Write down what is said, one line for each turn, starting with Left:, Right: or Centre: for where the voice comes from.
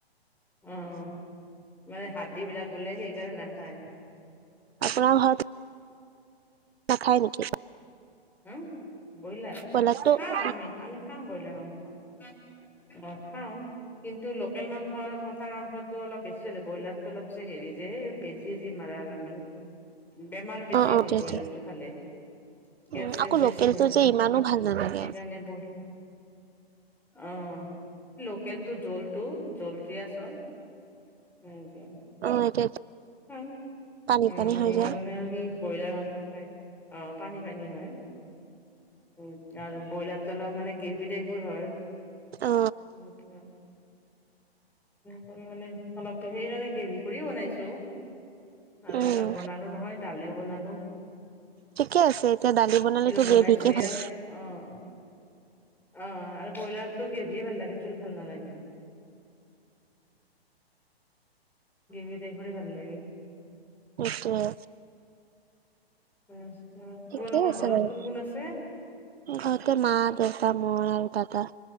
Centre: উম, ইয়াৰে হাতদি বিলাক বোলে সেইকাৰণে নাখায়
Right: আপোনা ঘৰত নাখাই নেকি?
Centre: হা, ব্ৰইলাৰ
Right: ব্ৰইলাৰটো
Centre: খাওঁ
Right: উম
Centre: আমি আমি খাওঁ ব্ৰইলাৰ মাংস। অ, খাওঁ কিন্তু লোকেল মাংস মাংস পথাৰ মাংসটো অলপ বেছি চলে ব্ৰইলাৰতটো অলপ যে হেৰি যে বেজি যি মাৰা অলপমান বেমাৰো বেছি
Right: অ অ
Centre: হ'বয়ে
Right: দিয়া
Centre: ব্ৰইলাৰটো
Right: দিয়া
Centre: খালে।
Right: উম
Centre: গেছ-চেছ
Right: আকৌ
Centre: বেছি
Right: লোকেলটো
Centre: হয়
Right: যে ইমানো ভাল নালাগে
Centre: সেইকাৰণে বো অ লকেলটো জলটো জলটিয়া আচল হম ক
Right: অ এতিয়া
Centre: হয় অ
Right: পানী পানী
Centre: সেইকাৰণে
Right: হৈ যায়
Centre: আৰু সি ব্ৰইলাৰ মাংস খাই অ পানী পানী হয় উম আৰু ব্ৰইলাৰটো অলপ মানে গ্ৰেভি টাইপৰ হয়
Right: অ
Centre: সনে মানে অলপ সেইকাৰণে গ্ৰেভি কৰিও বনাইছো আৰু এইবিলাক
Right: উম
Centre: বনালোঁ নহয় দালিও বনালোঁ
Right: ঠিকে আছে এতিয়া দালি বনালেতো
Centre: বনাইছোৱে
Right: গ্ৰেভিকে ভাল
Centre: আৰু
Right: লাগে।
Centre: অ অ আৰু ব্ৰইলাৰতো গ্ৰেভিয়ে ভাল লাগে জোল ভাল নালাগে গ্ৰেভি টাইপৰে ভাল লাগে
Right: সেইটোৱে
Centre: তাৰপিছত
Right: ঠিকে
Centre: তোমালোকৰ
Right: আছে
Centre: ঘৰত
Right: বাৰু
Centre: কোন কোন আছে?
Right: ঘৰতে মা-দেউতা মই আৰু দাদা